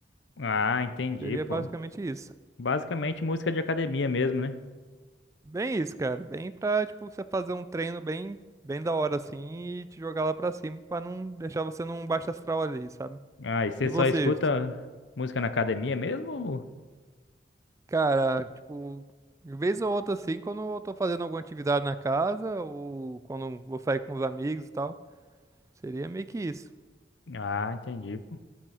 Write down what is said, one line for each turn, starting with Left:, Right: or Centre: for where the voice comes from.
Left: Ah, entendi,
Right: seria
Left: pô.
Right: basicamente isso.
Left: Basicamente música de academia mesmo, né?
Right: Bem isso, cara, bem pra, tipo, você fazer um treino bem, bem da hora, assim, e te jogar lá pra cima, pra não deixar você num baixo astral ali, sabe?
Left: Ah, e você
Right: E
Left: só
Right: você?
Left: escuta música na academia mesmo? ou-
Right: Cara, tipo, de vez ou outra assim, quando eu tô fazendo alguma atividade na casa ou quando eu vou sair com os amigos e tal, seria meio que isso.
Left: Ah, entendi. pô.